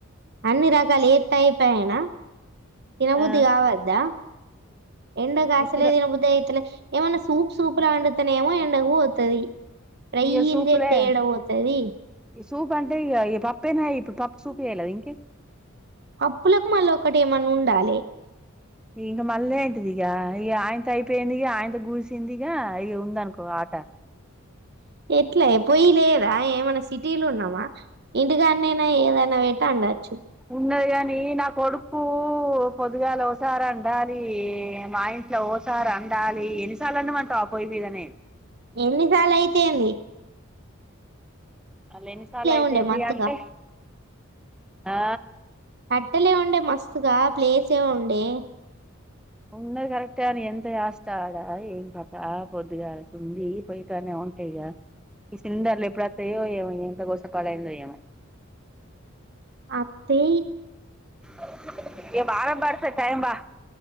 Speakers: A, on the right; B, in the centre.
A: అన్ని రకాలు ఏస్తే అయిపాయనా తినబుద్ది
B: ఆ
A: కావద్దా ఎండగకాస్తలే
B: ఇచ్చిన
A: తిన బుద్ది అయితలే ఏమన్నా సూప్ సూప్ లా వండుతనేమో ఎండగ పోతది. రయ్యింజెత్తే
B: ఇక సూపులే
A: ఏడకబోతది.
B: ఈ సూప్ అంటే ఇగా ఈ పప్పేనా ఇప్పుడు పప్పు సూప్ యెయలేదు ఇంకేం.
A: అప్పులకు మల్లోకటేమన్నుండలే.
B: ఇగమల్లేంటిదిగా ఇగ ఆయనతో ఐపోయిందిగా అందిగుడిసింది. యా ఇగవుందనుకో ఆటా.
A: ఎట్లాఏ పోయీ లేదా ఏమైనా సిటీలు ఉన్నామా ఇంటికాన్నైనా ఏదైనా పెట్టా వాండ్.
B: ఉన్నది గాని నా కొడుకూ. పొదుగాల ఓసారి అండాలి మా ఇంట్లో ఓసారి అండాలి ఎన్నిసార్లు వొండమంటావ్ పోయిమీదనే.
A: ఎన్ని.
B: అలేనిసర్లైతే
A: ఉండే
B: ఏందీ
A: మత్తుగా
B: అంటే ఆ.
A: టెల్లిగాఉండే మస్తుగా. ప్లేస్ ఏవ ఉండే.
B: ఉన్నది కరెక్టే అని ఎంత చేస్తా ఆడా ఏం కదా పొద్దుగాలకుంది పోయిటనే ఉంటాయ్ గా ఈ సిలిండర్లు ఎప్పుడత్తాయో ఏమో ఎంత కోస పడైందో ఏమో.
A: అతీ.
B: అవు ఏ బారంపడతత్ టైమ్ బా.